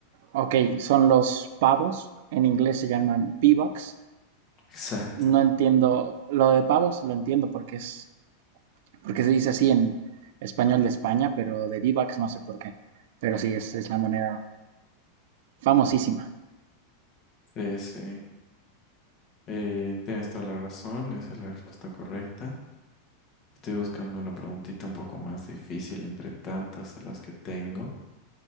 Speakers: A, on the right; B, on the left.
A: Ok, son los pavos, en inglés se llaman V-Bucks.
B: Exacto.
A: No entiendo, lo de pavos lo entiendo porque es, porque se dice así en español de España, pero de V-Bucks no sé por qué. Pero sí, es, es la moneda famosísima.
B: Sí, sí. Eh, tienes toda la razón. Esa es la respuesta correcta. Estoy buscando una preguntita un poco más difícil entre tantas de las que tengo.